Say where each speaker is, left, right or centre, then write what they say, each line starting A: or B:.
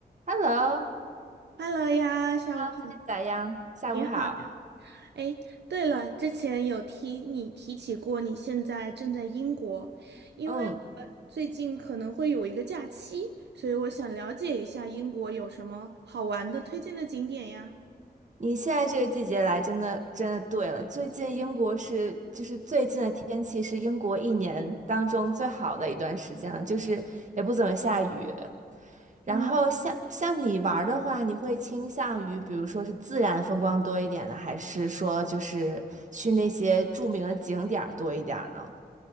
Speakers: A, on the right; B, on the right.
A: Hello，
B: Hello 呀，下午好。
A: 最近咋样？下午好。
B: 你好，哎，对了，之前有提你提起过，你现在正在英国，因为我
A: 嗯，
B: 最近可能会有一个假期，所以我想了解一下英国有什么好玩的推荐的景点呀。
A: 你现在这个季节来，真的真的对了。最近英国是，就是最近的天气是英国一年当中最好的一段时间了，就是也不怎么下雨。然后像像你玩儿的话，
B: 嗯。
A: 你会倾向于比如说是自然风光多一点呢，还是说就是去那些著名的景点儿多一点儿呢？